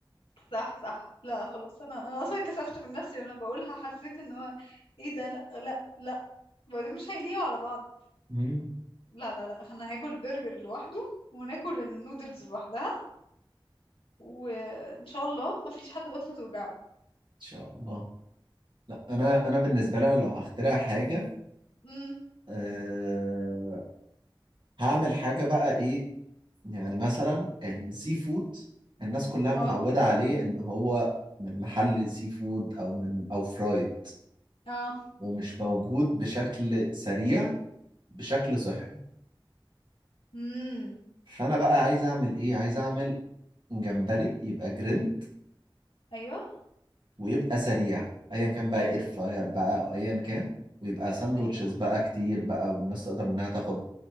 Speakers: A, on the left; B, on the right.
A: صح صح لا خلاص أنا أنا أصلا كسفت من نفسي وأنا بقولها حسيت إن هو إيه ده لا لا لا وبعدين مش هيليقوا على بعض
B: مم. ان
A: لا لا لا احنا هاكل برجر لوحده وناكل النودلز لوحدها وان شاء الله ما فيش حد بطنه توجعه
B: شاء الله لا انا انا بالنسبه لي انا لو هخترع حاجه
A: امم
B: أه هعمل حاجة بقى ايه يعني مثلا السي فود الناس كلها متعودة
A: اه
B: عليه ان هو من محل سي فود او من او فرايد
A: اه
B: ومش موجود بشكل سريع بشكل صحي
A: امم
B: فانا بقى عايز اعمل ايه عايز اعمل جمبري يبقى جريل
A: ايوه
B: ويبقى سريع ايا كان بقى اير فراير بقى او ايا كان ويبقى ساندوتشز
A: ايوه
B: بقى كتير بقى والناس تقدر انها تاخد